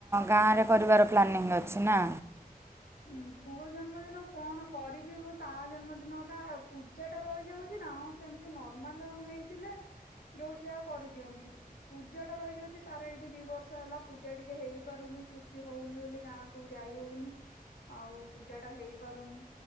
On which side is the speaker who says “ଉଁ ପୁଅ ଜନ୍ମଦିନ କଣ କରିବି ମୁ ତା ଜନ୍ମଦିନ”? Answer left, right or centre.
Left